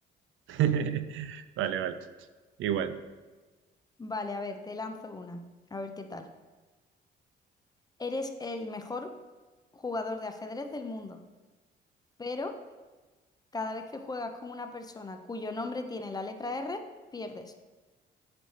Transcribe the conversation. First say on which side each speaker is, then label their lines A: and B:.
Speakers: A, on the right; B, on the left.
A: <laughs> Vale, vale. Igual.
B: Vale, a ver, te lanzo una. A ver qué tal. Eres el mejor jugador de ajedrez del mundo, pero cada vez que juegas con una persona cuyo nombre tiene la letra R, pierdes.